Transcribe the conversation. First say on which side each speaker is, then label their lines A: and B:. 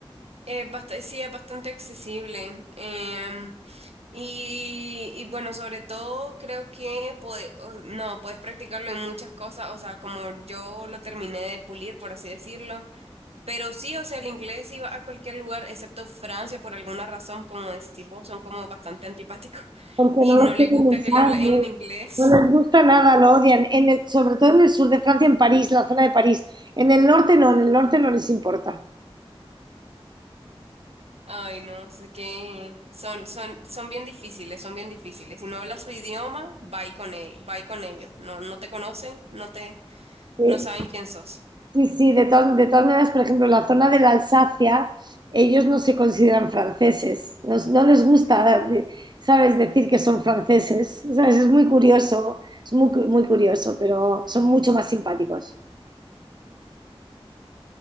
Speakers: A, on the right; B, on the right.
A: Es bast- sí, es bastante accesible. Em, Y, y bueno, sobre todo creo que puede- o- no, puedes practicarlo en muchas cosas, o sea, como yo lo terminé de pulir, por así decirlo, pero sí, o sea, el inglés iba a cualquier lugar, excepto Francia, por alguna razón, como decís vos, son como bastante antipáticos <laughs>
B: porque
A: y
B: no lo
A: no les
B: quieren
A: gusta
B: usar,
A: que le hablen
B: no,
A: en inglés.
B: No les gusta nada, lo odian. En el- sobre todo en el sur de Francia, en París, la zona de París. En el norte no, en el norte no les importa.
A: <laughs> Ay, no, no sé qué son, son, son bien difíciles, son bien difíciles. Si no hablas su idioma, va con, e- va con ellos. No, no te conocen, no te,
B: Sí.
A: no saben quién sos.
B: Sí, sí, de todas, de todas maneras, por ejemplo, la zona de la Alsacia, ellos no se consideran franceses, no, no les gusta, de- ¿sabes?, decir que son franceses, ¿sabes? Es muy curioso, es muy, cu- muy curioso, pero son mucho más simpáticos.